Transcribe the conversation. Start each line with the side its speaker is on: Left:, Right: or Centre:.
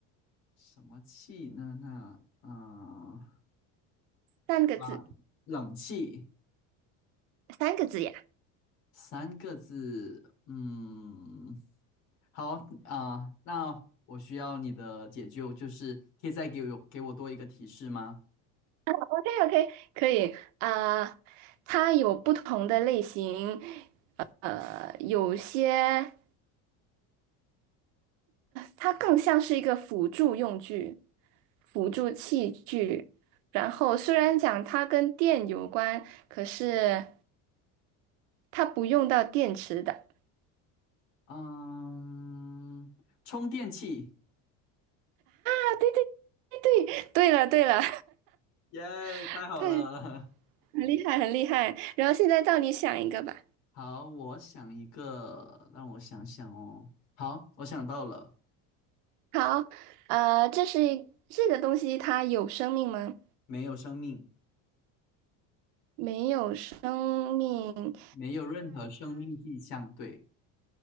Left: 什么气呢？那嗯
Right: 三个字，
Left: 啊，冷气
Right: 三个字呀。
Left: 三个字，嗯，好啊、那我需要你的解救，就是可以再给我给我多一个提示吗？
Right: OK OK，可以啊，它有不同的类型，呃，有些。它更像是一个辅助用具、辅助器具。然后虽然讲它跟电有关，可是它不用到电池的。<laughs>
Left: 嗯，充电器，
Right: 对对对了对了，
Left: 耶，
Right: <laughs>
Left: 太好了。
Right: 对，很厉害很厉害。然后现在到你想一个吧。
Left: <laughs> 好，我想一个，让我想想哦。好，我想到了，
Right: 好，呃，这是一这个东西它有生命吗？
Left: 没有生命，
Right: 没有生命。
Left: 没有任何生命迹象，对。